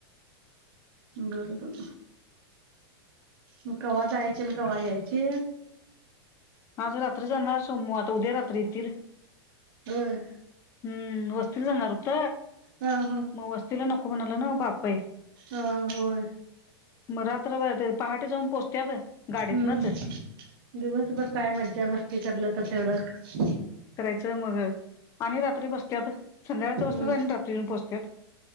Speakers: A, on the right; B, on the left.
A: बर बर. मग कवा जायची अन् कवा यायची
B: आज रात्री जाणार सोम, आता उद्या रात्री येतील.
A: हम्म्.
B: हम्म वस्तीला जाणार हुत.
A: ह ह
B: म वस्तीला न कोणाला नवं बापय.
A: हा होय.
B: मग रात्र भर, ते पहाटे जाऊन पोचत्यात. गाडीतनच
A: हम्म दिवसभर काय मज्जा, मस्ती करलं तर तेवढं
B: च मग आणि रात्री बसत्यात. संध्याकाळच
A: हम्म
B: बस्त्यात आणि रात्री यून पोचत्यात.